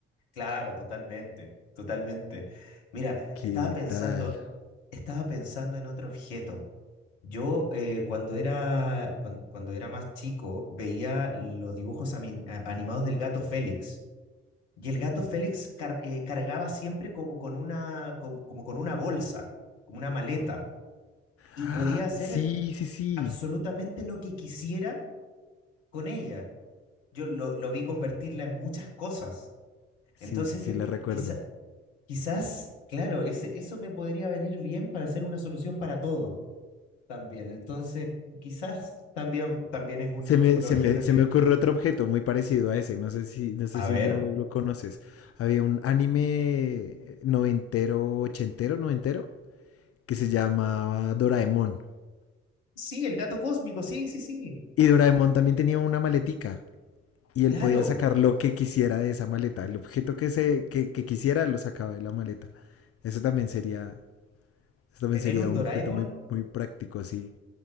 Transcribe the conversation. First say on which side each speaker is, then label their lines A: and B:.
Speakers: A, on the left (about 75°); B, on the left (about 45°).
A: Claro, totalmente, totalmente. Mira,
B: ¿Qué
A: estaba pensando,
B: tal?
A: estaba pensando en otro objeto. Yo eh, cuando era, cuando, cuando era más chico veía los dibujos ami- a- animados del gato Félix. Y el gato Félix car- eh, cargaba siempre como con una, com- como con una bolsa, como una maleta. Y
B: ¡Ah!
A: podía hacer
B: Sí, sí, sí.
A: absolutamente lo que quisiera con ella. Yo lo, lo vi convertirla en muchas cosas.
B: Sí,
A: Entonces
B: sí, sí,
A: yo qui-
B: la recuerdo.
A: quizá. Quizás, claro, ese, eso me podría venir bien para hacer una solución para todo también. Entonces, quizás también, también es un,
B: Se me,
A: un
B: se
A: objeto
B: me, se
A: que...
B: me ocurre otro objeto muy parecido a ese. No sé si, no sé
A: A
B: si
A: ver.
B: lo, lo conoces. Había un anime noventero, ochentero, noventero, que se llamaba Doraemon.
A: Sí, el gato cósmico, sí, sí, sí.
B: Y Doraemon también tenía una maletica. Y él
A: Claro,
B: podía sacar lo que quisiera de esa maleta. El objeto que se, que, que quisiera lo sacaba de la maleta. Eso también sería, eso también
A: tener
B: sería
A: un
B: un
A: Doraemon,
B: objeto muy, muy práctico, sí.